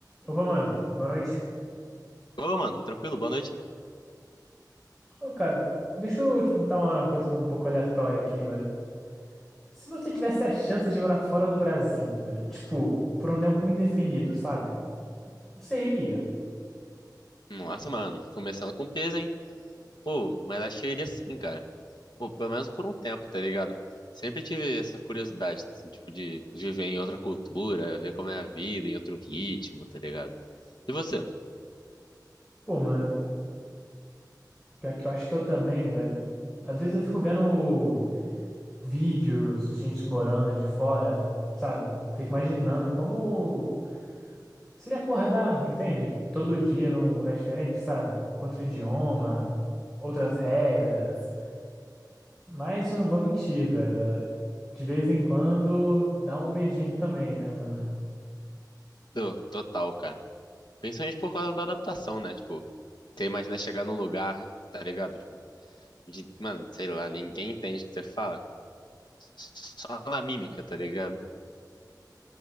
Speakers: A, in the centre; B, on the left (about 85°).
A: Opa, mano, boa noite.
B: Ô, mano, tranquilo, boa noite.
A: Ô, cara, deixa eu te perguntar uma coisa um pouco aleatória aqui, velho. Se você tivesse a chance de morar fora do Brasil, velho, tipo, por um tempo indefinido, sabe? Você iria.
B: Nossa, mano, começando com peso, hein? Pô, mas acho que eu iria sim, cara. Pô, pelo menos por um tempo, tá ligado? Sempre tive essa curiosidade, assim, tipo, de viver em outra cultura, ver como é a vida, em outro ritmo, tá ligado? E você?
A: Pô, mano, pior que eu acho que eu também, velho. Às vezes eu fico vendo vídeos de gente morando de fora, sabe? Fico imaginando como seria acordar, entende? Todo dia num lugar diferente, sabe? Com outro idioma, outras regras. Mas eu não vou mentir, velho. eh, De vez em quando dá um medinho também, né, mano?
B: Tô, total, cara. Principalmente por causa da adaptação, né? Tipo, você imagina chegar num lugar, tá ligado? Tipo, de, mano, sei lá, ninguém entende o que você fala. Só na mímica, tá ligado?